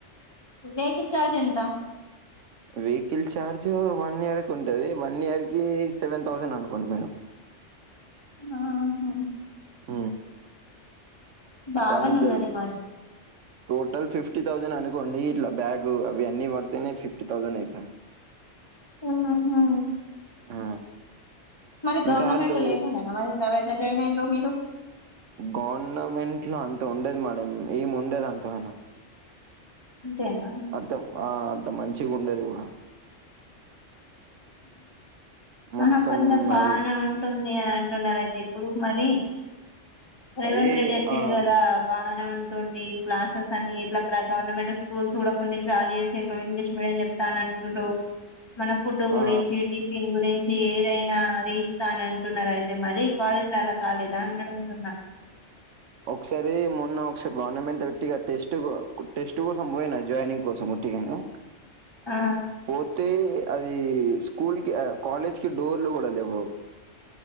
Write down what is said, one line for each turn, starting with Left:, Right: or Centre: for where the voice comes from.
Left: వెహికిల్ చార్జ్ ఎంత
Right: వెహికల్ ఛార్జ్ వన్ ఇయర్‌కి ఉంటది వన్ ఇయర్‌కి సెవెన్ థౌసండ్ అనుకోండి మేడం
Left: ఆహా
Right: ఊ
Left: బాగానే
Right: దానికి
Left: ఉన్నది
Right: గల్పి
Left: మరి
Right: టోటల్ ఫిఫ్టీ థౌజండ్ అనుకోండి ఇట్లా బ్యాగు అవి అన్నీ పడితేనే ఫిఫ్టీ థౌసండ్ అయితంది
Left: ఆహా
Right: ఆ!
Left: మరి
Right: ఇంకా
Left: గవర్నమెంట్
Right: ఆళ్ళు
Left: లేకుండా నా మరి ప్రైవేట్ ల జయిన్ అయిండ్రు మీరు
Right: గవర్నమెంట్ ల అంత ఉండేది మేడం ఏం ఉండది అంతగనం
Left: అంతేనా
Right: అంత ఆ అంత మంచిగా ఉండది కూడా
Left: హా
Right: మొత్తం
Left: కొందరు బానే
Right: అది.
Left: ఉంటుంది అని అంటున్నారు అయితే ఇప్పుడు మరి రేవంత్
Right: అదే
Left: రెడ్డి వచ్చిండు
Right: ఆహ్,
Left: కదా బాగానే ఉ టుంది క్లాసెస్ అని ఇట్లా ప్ర గవర్నమెంట్ స్కూల్స్ కూడా కొన్ని చాలనే చేసిల్లు ఇంగ్లీష్ మీడియం చెప్తానం ఉంటో మన ఫుడ్ గురించి
Right: ఆ!
Left: టిఫిన్ గురి చి ఏదైనా అది ఇస్తా అని అంటున్నారు. అయితే మరి పాలిట్లు అలా కాలేదా అని అడుగుతున్నా.
Right: ఒకసారి మొన్న ఒకసారి గవర్నమెంట్ పెట్టిగా టెస్ట్ టెస్ట్ కోసం పోయిన జాయినింగ్ కోసం టిగనే
Left: ఆ
Right: పోతే అది స్కూల్ కి ఆ కాలేజ్ కి డోర్లు కూడా లేవు